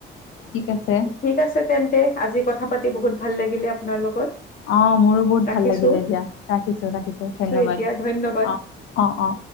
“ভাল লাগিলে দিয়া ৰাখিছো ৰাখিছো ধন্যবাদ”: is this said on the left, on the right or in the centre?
Left